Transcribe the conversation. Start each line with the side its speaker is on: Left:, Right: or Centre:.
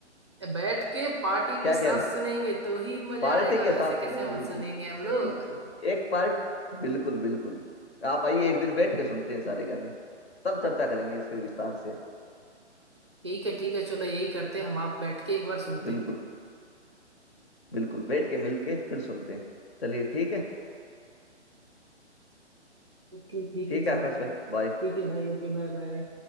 Right: ए, बैठ के पार्टी
Left: क्या
Right: के साथ
Left: ख्याल
Right: सुनेंगे
Left: है?
Right: तो ही मजा
Left: पार्टी
Right: आएगा
Left: के
Right: वैसे
Left: साथ
Right: कैसे
Left: सुनेंगे
Right: मत
Left: बिल्कुल
Right: सुनेंगे हम
Left: सिर्फ
Right: लोग
Left: एक पार्टी बिल्कुल बिल्कुल आप आइए एक दिन बैठ के सुनते हैं सारे गाने तब चर्चा करेंगे इस पे विस्तार से
Right: ठीक है ठीक है चलो यही करते हैं, हम आप बैठ के एक बार सुनते
Left: बिल्कुल
Right: हैं
Left: बिल्कुल बैठ के मिल के फिर सुनते हैं चलिए ठीक है
Right: ठीक है ठीक
Left: ठीक
Right: है चलो
Left: है आकाश भाई बाय
Right: ठीक है भाई ओके बाय बाय